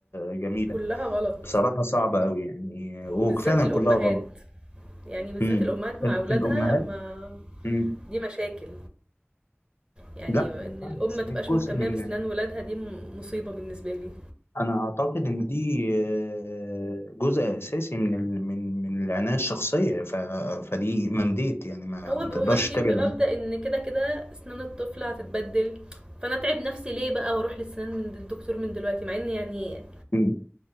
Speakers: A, on the left; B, on the right.
A: جميله
B: كلها غلط
A: بصراحه صعبه قوي يعني وفعلا
B: وبالذات الامهات
A: كلها غلط
B: يعني بالذات
A: امم
B: الامهات مع
A: ال-
B: اولادها
A: الامهات
B: ما
A: امم
B: دي مشاكل يعني
A: لا ما ينفعش
B: ان الام
A: بس
B: ما تبقاش
A: دي جزء
B: مهتمه
A: من
B: باسنان ولادها دي م- مصيبه بالنسبه لي
A: انا اعتقد ان دي آه، جزء اساسي من ال... من من العنايه الشخصيه ف... فدي منديت يعني ما,
B: هو
A: ما
B: بيبقوا
A: تقدرش
B: ماشيين
A: تبعد
B: بمبدا
A: عنها
B: ان كده كده اسنان الطفل هتتبدل فانا اتعب نفسي ليه بقى واروح للسنان من الدكتور من دلوقتي مع ان يعني
A: أمم.